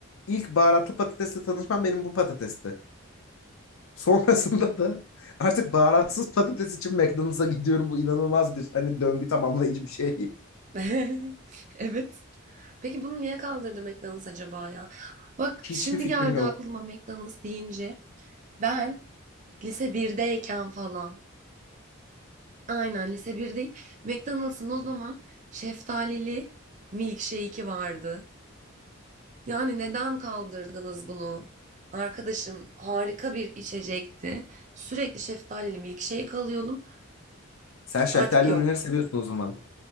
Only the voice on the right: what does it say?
<laughs> Evet. Peki bunu niye kaldırdı McDonald's acaba ya? Bak
şimdi
geldi
aklıma McDonald's deyince. Ben lise birdeyken falan Aynen lise 1'deyim. McDonald's'ın o zaman şeftalili milkshake'i vardı. Yani neden kaldırdınız bunu? Arkadaşım harika bir içecekti. Sürekli şeftalili milkshake alıyordum.
Artık yok.